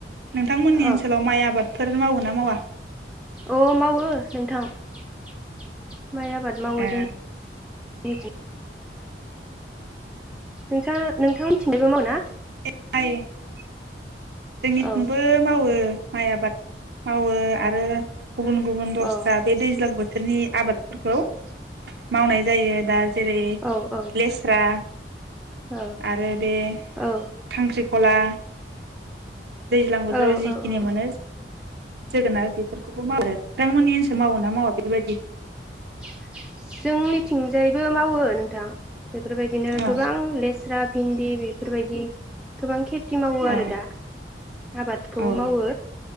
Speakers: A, on the right (about 65°); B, in the centre.
A: नोंथांमोननि
B: अ
A: ओनसोलाव माइ आबादफोर मावो ना मावा?
B: अ मावो नोंथां <inaudible> माइ आबाद मावो
A: ए
B: जों <unintelligible> नोंसा नोंथां मिनथिंजायबो मावो ना?
A: <unintelligible> जोंनिथिंबो
B: औ
A: मावो। माइ आबाद मावो आरो गुबुन गुबुन दस्रा
B: अ
A: बे दैज्लां बोथोरनि आबादफोरखौ मावनाय जायो दा ज जेरै
B: औ औ
A: लेस्रा
B: औ
A: आरो बे
B: औ
A: खांख्रि खला दैज्लां बोथोराव
B: औ औ
A: जिखिनि
B: औ
A: मोनो जोगोनार बेफोरखौबो मावो। नोंथांमोननि ओनसो मावो ना मावा बेबायदि?
B: जोंनि थिंजायबो मावो नोंथां। बेफोरबायदिनो
A: औ
B: गोबां लेस्रा, भिन्दि बेफ बेफोरबायदि गोबां खेथ खेथि मावो आरो
A: औ
B: दा आबादखौ
A: औ
B: मावो